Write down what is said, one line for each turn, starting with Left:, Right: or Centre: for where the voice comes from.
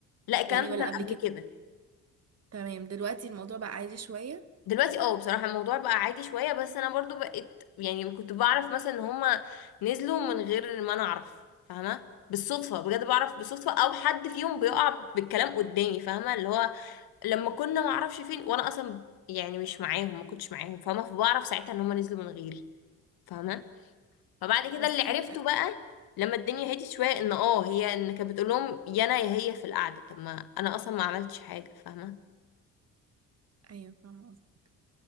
Left: لا الكلام
Right: يعني
Left: ده
Right: ولا
Left: كان
Right: قبل كده
Left: قبل كده
Right: تمام دلوقتي الموضوع بقى عادي شوية
Left: دلوقتي اه بصراحه الموضوع بقى عادي شويه بس انا برضو بقيت يعني كنت بعرف مثلا ان هما نزلوا من غير ما انا اعرف فاهمه بالصدفه بجد بعرف بالصدفه او حد فيهم بيقع بالكلام قدامي فاهمه اللي هو لما كنا ما اعرفش فين وانا اصلا يعني مش معاهم ما كنتش معاهم فاهمه فبعرف ساعتها ان هما نزلوا من غيري فاهمه فبعد كده
Right: بصي
Left: اللي عرفته
Right: أ-
Left: بقى لما الدنيا هديت شويه ان اه هي ان كانت بتقول لهم يا انا يا هي في القعده طب ما انا اصلا ما عملتش حاجه فاهمه
Right: ايوه فاهمة قصدي